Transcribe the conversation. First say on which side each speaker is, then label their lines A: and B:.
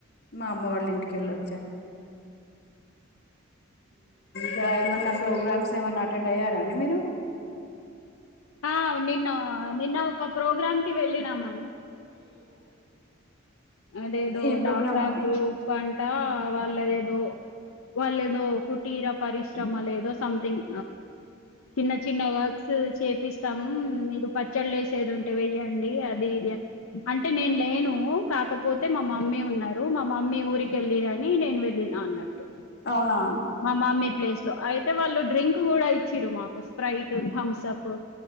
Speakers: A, on the left; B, on the left.
A: మా అమ్మ వాళ్ళ ఇంటికి వెళ్ళొచ్చా కా ఏమన్నా ప్రోగ్రామ్స్ ఏమన్నా అటెండ్ అయ్యారా అండి మీరు
B: ఆ నిన్న నిన్న ఒక ప్రోగ్రాంకిి వెళ్ళినామన్ అదేదో
A: ఏ ప్రోగ్రామ్
B: డాక్రా
A: అండి
B: గ్రూప్ అన్ వాళ్ళదేదో వాల్లేదో కుటీర పరిశ్రమలు ఏదో సంథింగ్ చిన్న చిన్న వర్క్స్ చేపిస్తామ్ మీరు పచ్చల్లేసేది ఉంటే వెయ్యండి అది అంటే నేను లేను కాకపోతే మా మమ్మీ ఉన్నారు మా మమ్మీ ఊరికెల్లిరని నేను వెళ్ళిన అన్నట్టు
A: అవునా
B: మా మమ్మీ ప్లేస్ లో అయితే వాళ్ళు డ్రింక్ కూడా ఇచ్చిరు మాకోసం. ప్రైట్ థమ్స్ అప్